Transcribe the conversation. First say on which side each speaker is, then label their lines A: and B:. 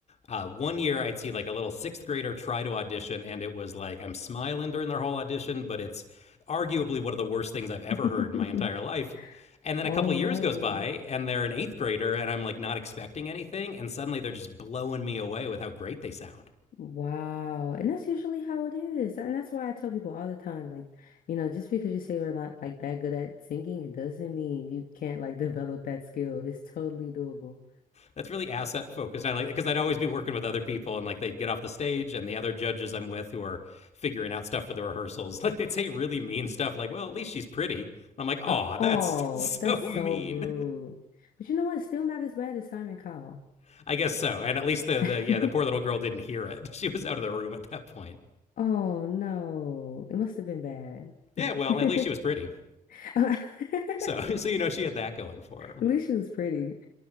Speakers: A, on the left (about 50°); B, on the left (about 75°).
A: uh, one year I'd see like a little sixth grader try to audition, and it was like I'm smiling during their whole audition, but it's arguably one of the worst things I've ever
B: <laughs>
A: heard in my entire life. And then
B: Oh
A: a couple of
B: no.
A: years goes by, and they're an eighth grader, and I'm like not expecting anything, and suddenly they're just blowing me away with how great they sound.
B: Wow. And that's usually how it is. And that's why I tell people all the time, like, you know, just because you say we're not like that good at singing, it doesn't mean you can't like <laughs> develop that skill. It's totally doable.
A: That's really asset focused. I like because I'd always be working with other people, and like they'd get off the stage, and the other judges I'm with who are figuring out stuff for the rehearsals, <laughs> like they'd say really mean stuff, like "Well, at least she's pretty," and I'm like, "Aw,
B: Uh,
A: that's
B: oh,
A: so
B: that's so
A: mean."
B: rude. But you know what? Still not as bad as Simon Cowell.
A: <laughs> I guess so, and at least the
B: <laughs>
A: the yeah the poor little girl didn't hear it. <laughs> She was out of the room at that point.
B: Oh no. It must have been bad.
A: Yeah,
B: <laughs>
A: well, at least she was pretty.
B: At
A: So <laughs> so you know she had that going for her.
B: least she was pretty.